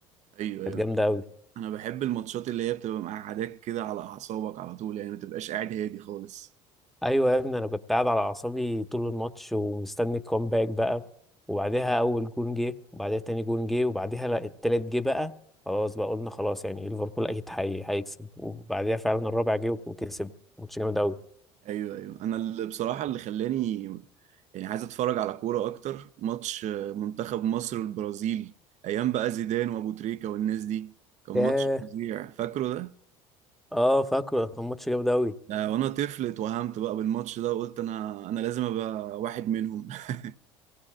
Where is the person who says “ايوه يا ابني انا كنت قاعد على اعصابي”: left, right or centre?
Centre